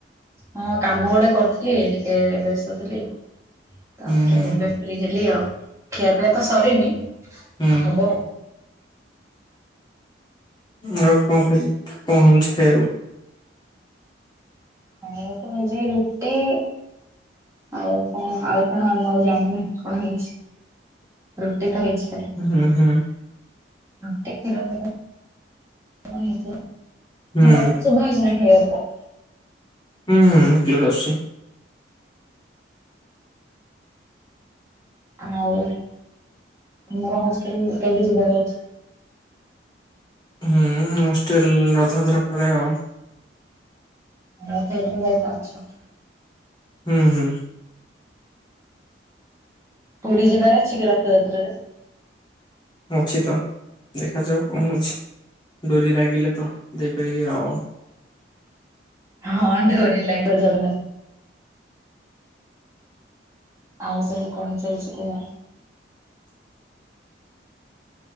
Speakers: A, on the right; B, on the left.
A: ହଁ କାମ ଗୋଟେ କରିଥିଲି ଟିକେ ବ୍ୟସ୍ତ ଥିଲି। ତାପରେ
B: ହୁଁ ହୁଁ
A: ଏବେ ଫ୍ରି ହେଲି ଆଉ ଖିଆ ପିଇଆ ତ ସରିନି
B: ହୁଁ
A: ହବ ଆଉ।
B: ଆଉ କଣ ଖାଇ କଣ ହୋଉଚି ଖାଇବାକୁ?
A: ଆଉ ତ ଜି ରୁଟି ଆଉ କଣ ଆଉ କଣ ଆ ମୁଁ ଆଉ ଜାଣିନି କଣ ହେଇଚି ରୁଟି ତ ହେଇଚି।
B: ହୁଁ ହୁଁ।
A: <unintelligible> କଣ ହେଇଥିବ
B: ହୁଁ
A: ମୋ କଥା ସୁବା ଯାଉଅଚି ନା କ୍ଲିୟର ରେ।
B: ହୁଁ ହୁଁ କ୍ଲିୟର ଆଶୁଛି।
A: ଆଉ ତମର ହଷ୍ଟେଲ କେବେ ଯିବାର ଅଛି?
B: ହୁଁ ହଷ୍ଟେଲ ରଥାଯାତ୍ରା ପରେ ଆଉ।
A: ରଥ ଯାତ୍ରା <unintelligible>
B: ହୁଁ ହୁଁ।
A: ପୁରୀ ଯିବାର ଅଛି କି ରଥଯାତ୍ରାରେ?
B: ଅଛି ତ ଦେଖାଯାଉ କଣ ହୋଉଚି। ଡୋରି ଲାଗିଲେ ତ ଯାଇପାରିବି ଆଉ।
A: ହଁ ଢୋରି ଲାଗିବ <unintelligible> ଆଉ ସବୁ କଣ ଚାଲିଚି ଏଈନା।